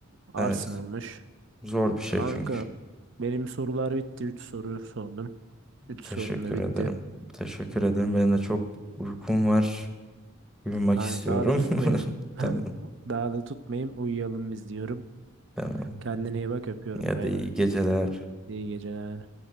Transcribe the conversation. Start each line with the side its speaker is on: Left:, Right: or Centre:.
Right: Arsenal'mış.
Centre: Evet zor bir şey
Right: Kanka
Centre: çünkü.
Right: benim sorular bitti. 3 soru sordum. 3
Centre: Teşekkür
Right: sorum da bitti.
Centre: ederim. Teşekkür ederim. Benim de çok uykum var. Uyumak
Right: Kanka
Centre: istiyorum.
Right: daha da tutmayayım.
Centre: <laughs>
Right: <laughs>
Centre: Tamam.
Right: Daha da tutmayayım. Uyuyalım biz diyorum.
Centre: Tamam.
Right: Kendine iyi bak öpüyorum.
Centre: Ya
Right: Bay
Centre: da iyi
Right: bay.
Centre: geceler.
Right: İyi geceler.